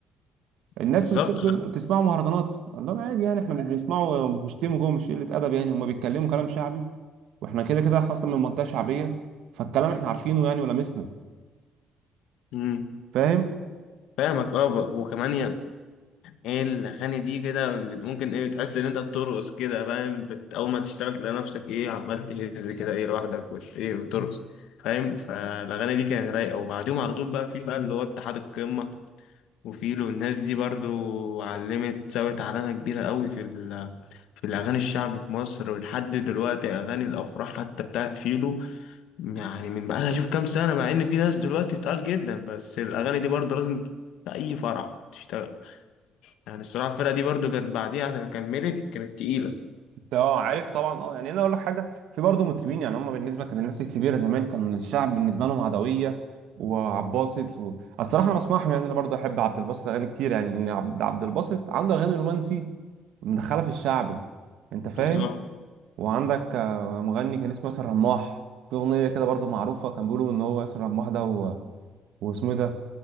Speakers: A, on the right; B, on the left.
A: الناس
B: بالظبط
A: تقول لك بتسمعوا مهرجانات اقول لهم عادي يعني احنا مش بنسمعوا ومش بنشتموا جوه مش قله ادب يعني هم بيتكلموا كلام شعبي واحنا كده كده احنا اصلا من منطقه شعبيه فالكلام احنا عارفينه يعني ولمسنا
B: امم
A: فاهم
B: فاهمك اه ب- وكمان ايه الاغاني دي كده بت- ممكن ايه بتحس ان انت بترقص كده فاهم بت... اول ما تشتغل تلاقي نفسك ايه عمال تهز كده ايه لوحدك وت... ايه بترقص فاهم فالاغاني دي كانت رايقه وبعديهم على طول بقى في بقى اللي هو اتحاد القمه وفيلو الناس دي برضو علمت سوت علامه كبيره قوي في ال... في الاغاني الشعبي في مصر ولحد دلوقتي اغاني الافراح حتى بتاعت فيلو يعني من بقى لها شوف كام سنه مع ان في ناس دلوقتي تقال جدا بس الاغاني دي برضو لازم في اي فرح تشتغل يعني الصراحة الفرقة دي برضو كانت بعديها عشان كملت كانت تقيلة
A: اه عارف طبعا اه يعني انا اقول لك حاجه في برضه مطربين يعني هم بالنسبه كان الناس الكبيره زمان كان الشعب بالنسبه لهم عدويه وعباسط و... الصراحه انا بسمعهم يعني انا برضه احب عبد الباسط اغاني كتير يعني ان عبد عبد الباسط عنده اغاني رومانسي مدخله في الشعبي انت فاهم
B: بالظبط
A: وعندك آه، مغني كان اسمه ياسر رماح في اغنيه كده برضه معروفه كان بيقولوا ان هو ياسر رماح ده و... واسمه إيه ده